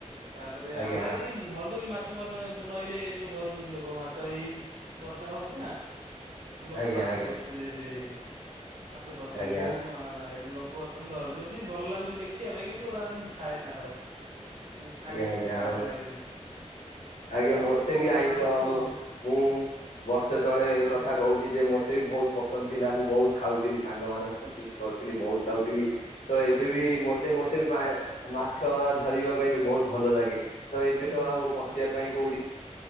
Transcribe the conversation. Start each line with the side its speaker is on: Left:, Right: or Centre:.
Right: ତାପରେ
Left: ଆଜ୍ଞା
Right: ଆମର ଏଇଠି ଧରୁଛନ୍ତି ମାଛ ମାଛ ଫାଛ ନଈରେ ସବୁ ଧରୁଛନ୍ତି ଲୋକ ମାଛ ଏଇ ବର୍ଷା ହୋଉଛି ନା ଲୋକ
Left: ଆଜ୍ଞା
Right: ମାଛ
Left: ଆଜ୍ଞା ଆଜ୍ଞା
Right: ଧରୁଛନ୍ତି ଏଠି ମାଛ ଧରୁଛନ୍ତି
Left: ଆଜ୍ଞା
Right: ବୋହୁତ ଏଠି ଲୋ କ ଅଛନ୍ତି ଧରୁଛନ୍ତି ଭଲ ଲାଗୁଛି ଦେଖିବା ପାଇଁ କିନ୍ତୁ ଏମିତି ଖାଏ ନା ବାସ। ମୁଁ ଖାଇଏନି
Left: ଆଜ୍ଞା ଆଜ୍ଞା
Right: ମତେ
Left: ଆଉ
Right: ଭଲ ଲାଗେନି।
Left: ଆଜ୍ଞା
Right: ଆଉ
Left: ମତେ
Right: କଣ
Left: ବି ଆଇଁଷ
Right: ମାନେ କଣ କୁହ?
Left: ମୁଁ ମୁଁ ବର୍ଷେ ତଳେ
Right: ହୁଁ
Left: କଥା କୋହୁଚୀ ଯେ ମତେ ବି ବୋହୁତ ପସନ୍ଦ ଥିଲା ମୁଁ ବୋହୁତ ଖାଉଥିଲି ସାଙ୍ଗ ମାନଙ୍କ ସହିତ ବି ଏଠି କରିଥିଲି ବୋହୁତ ଖାଉଥିଲି। ତ ଏବେ
Right: ହୁଁ
Left: ବି ମତେ ମତେ ବି ମାଛ ଧରିବା ପାଇଁ ବି ବୋହୁତ ଭଲ ଲାଗେ। ତ ଏବେ
Right: ହୁଁ
Left: ତ ଆଉ ପଶିବା ପାଇଁ କୋଉଠି